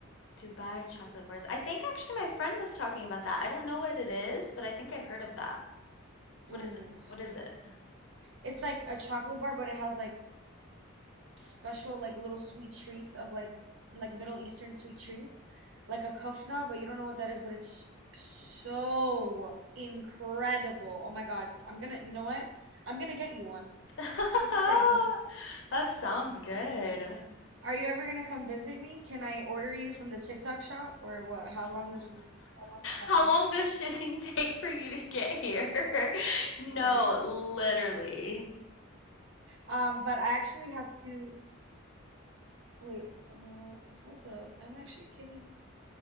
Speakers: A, on the left; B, on the right.
A: Dubai chocolate bars. I think actually my friend was talking about that. I don't know what it is, but I think I've heard of that. What
B: Ooh.
A: is it? What is it?
B: It's like a chocolate bar, but it has like special like little sweet treats of like like Middle Eastern sweet treats, like a kufna, but you don't know what that is, but it's so incredible. Oh my God. I'm gonna, you know what? I'm gonna get you one.
A: <laughs>
B: I'm gonna get you one.
A: That sounds good. <laughs>
B: Are you ever gonna come visit me? Can I order you from the TikTok shop or what? How long would you, how long would that
A: How
B: take?
A: long does shipping <laughs> take for you to get here? <laughs> No,
B: Literally.
A: literally.
B: Um, but I actually have to wait, uh, hold up. I'm actually getting